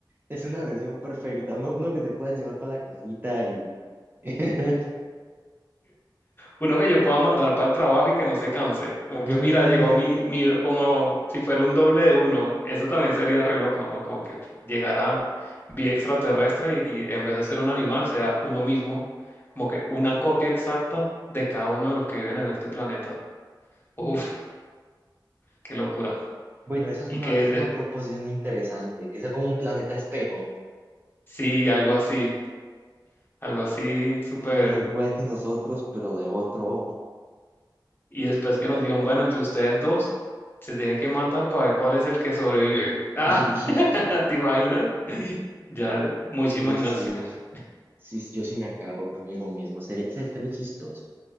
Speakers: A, on the right; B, on the left.
A: Es una versión perfecta. Uno, uno que te puedas llevar para la casita y. <laughs>
B: uno que yo pueda mandar para el trabajo y que no se canse. Como que,
A: Mm,
B: mira, llegó mi, mi, como si fuera un doble de uno. Eso también sería re loco, ¿no? Como que llegara vía extraterrestre y en vez de ser un animal, sea uno mismo, como que una copia exacta de cada uno de los que viven en este planeta. Uf, qué locura.
A: bueno, esa es
B: Y
A: una,
B: que
A: es
B: de-
A: una proposición interesante. Que sea como un planeta espejo.
B: sí, algo así, algo así súper.
A: Que sea como igual que nosotros, pero de otro.
B: Y después que nos digan, bueno, entre ustedes dos se tienen que matar para ver cuál es el que sobrevive. <laughs>
A: <laughs>
B: <laughs> ¿Te imaginas? Ya, mucha
A: Yo
B: imaginación.
A: sí, sí, yo sí me agarro conmigo mismo. Sería, sería estaría chistoso.